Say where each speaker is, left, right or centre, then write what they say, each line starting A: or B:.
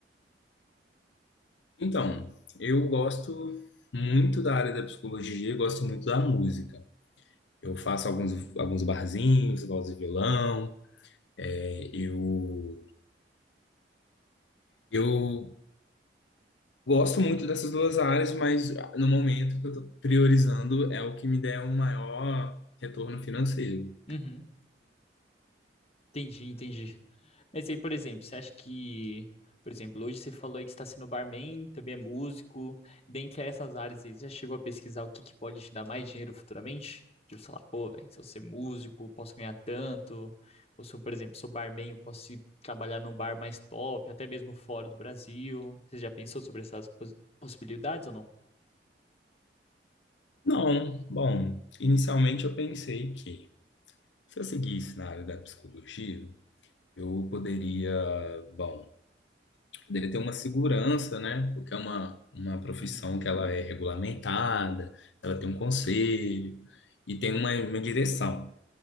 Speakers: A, on the left (about 85°); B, on the left (about 35°).
A: Então, eu gosto muito da área da psicologia, eu gosto muito da música. Eu faço alguns, alguns barzinhos, voz e violão. é, eu eu Gosto muito dessas duas áreas, mas no momento o que eu estou priorizando é o que me der um maior retorno financeiro.
B: Uhum. Entendi, entendi. Mas aí, por exemplo, você acha que, por exemplo, hoje você falou aí que você está sendo barman, também é músico. Dentre essas áreas aí, você já chegou a pesquisar o que que pode te dar mais dinheiro futuramente? Tipo, sei lá, pô, velho, se eu ser músico, posso ganhar tanto. Ou se eu, por exemplo, sou barman, eu posso ir trabalhar num bar mais top, até mesmo fora do Brasil. Você já pensou sobre essas pos- possibilidades ou não?
A: Não, bom, inicialmente eu pensei que se eu seguisse na área da psicologia, eu poderia, bom, poderia ter uma segurança, né? Porque é uma, uma profissão
B: Uhum.
A: que ela é regulamentada, ela tem um conselho e tem uma, uma direção.